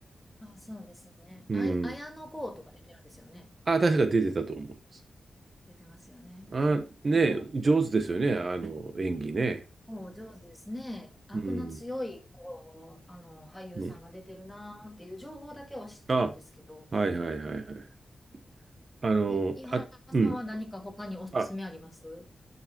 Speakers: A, in the centre; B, on the right.
A: あ、そうですね。
B: うん。
A: あい、綾野剛とか出てるんですよね。
B: あ、確か出てたと思います。
A: 出てますよね。
B: あ、
A: 結構、
B: ねえ、上手ですよね。あの、演技ね。
A: こう上手ですね。悪の強い、
B: うん。
A: こう、あの、俳優さんが出てるなーっていう情報だけは知ってるんですけど。
B: うん。あ、はいはいはいはい。あの、
A: え、井原さんは何か他におすすめあります
B: あ、うん。あ、